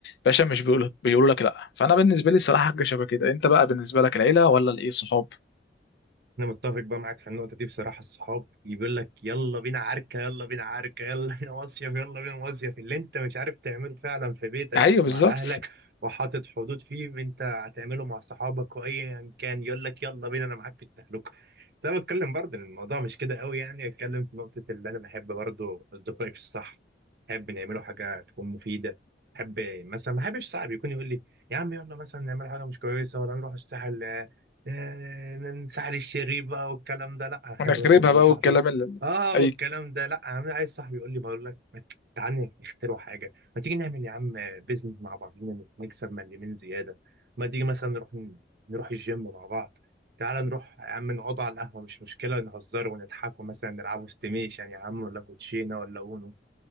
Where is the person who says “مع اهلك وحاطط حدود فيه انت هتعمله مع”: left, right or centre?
Right